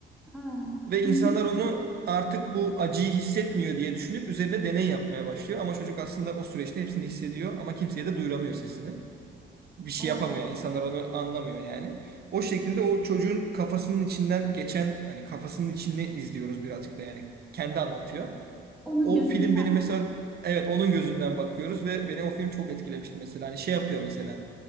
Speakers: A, in the centre; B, on the right.
A: aa,
B: Ve insanlar
A: hı hı.
B: onu artık bu acıyı hissetmiyor diye düşünüp üzerine deney yapmaya başlıyor. Ama çocuk aslında o süreçte hepsini hissediyor ama kimseye de duyuramıyor sesini. Bir şey
A: O
B: yapamıyor. yani. İnsanlar onu anlamıyor yani. O şekilde o çocuğun kafasının içinden geçen hani kafasının içini izliyoruz birazcık da yani. Kendi anlatıyor
A: onun
B: o
A: gözünden.
B: film beni mesela evet onun gözünden bakıyoruz ve beni o film çok etkilemişti mesela. Hani şey yapıyor mesela.